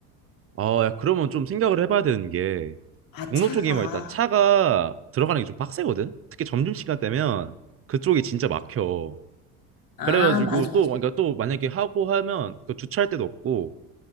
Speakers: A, on the right; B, on the left.
A: 어 야 그러면 좀 생각을 해봐야 되는 게
B: 아,
A: 종로
B: 차가.
A: 쪽이 뭐 일단 차가 들어가는 게 좀 빡세거든. 특히 점심시간 되면 그쪽이 진짜 막혀.
B: 아,
A: 그래가지고
B: 맞아,
A: 또
B: 맞아.
A: 그러니까 또 만약에 하고 하면 그 주차할 데도 없고